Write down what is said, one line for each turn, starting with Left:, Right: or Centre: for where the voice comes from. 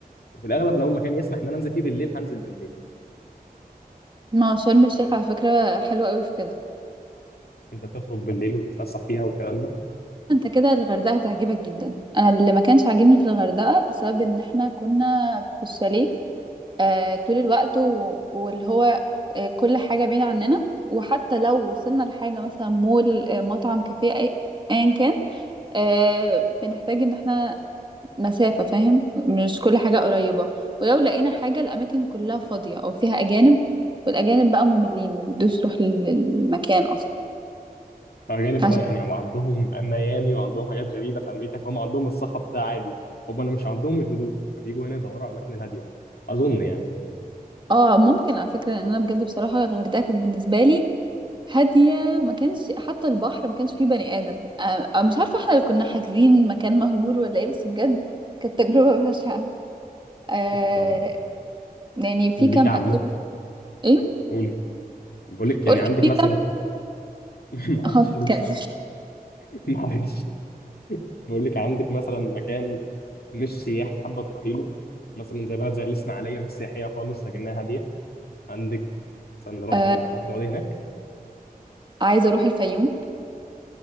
Left: وفي الاغلب لو مكان يسمح ان انا انزل فيه بالليل هنزل بالليل
Right: ما هو شرم الشيخ
Left: يعني
Right: على فكرة حلوة قوي في كده
Left: انت تخرج بالليل وتتفسح فيها والكلام ده
Right: انت كده الغردقة هتعجبك جدا انا اللي ما كانش عاجبني في الغردقة بسبب ان احنا كنا في الشاليه آه طول الوقت و... واللي هو آه كل حاجة بعيدة عننا وحتى لو وصلنا لحاجة مثلا مول آه مطعم كافيه أي- ايا كان آه بنحتاج ان احنا مسافة فاهم مش كل حاجة قريبة ولو لقينا حاجة الأماكن كلها فاضية أو فيها أجانب والأجانب بقى مملين ما بيدوش روح لل- للمكان أصلا
Left: الاجانب
Right: فعشان
Left: اه يعني وعندهم ميامي وعندهم حاجات غريبه في امريكا فهم عندهم الصخب ده عادي هم اللي مش عندهم الهدوء فبيجوا هنا يدوروا على الاماكن الهاديه اظن يعني
Right: اه ممكن على فكرة لأن أنا بجد بصراحة الغردقة كانت بالنسبة لي هادية ما كانش حتى البحر ما كانش فيه بني آدم آه آه، مش عارفة احنا اللي كنا حاجزين مكان مهجور ولا ايه بس بجد كانت تجربة <laughs> بشعة آه
Left: طب
Right: يعني في
Left: ليكي
Right: كام
Left: عامه
Right: اكتيفيتي ايه
Left: قولي بقول لك
Right: قلت
Left: يعني عندك
Right: في
Left: مثلا
Right: كام
Left: <laughs> معلش
Right: خلاص اتكلم
Left: قولي <laughs> معلش بقول لك عندك مثلا مكان مش سياحي حابه تروحي له مثلا زي بلد زي الاسماعيليه مش سياحيه خالص لكنها هاديه عندك مثلا رغبه
Right: آه
Left: انك تروحي تقعدي هناك
Right: عايزة اروح الفيوم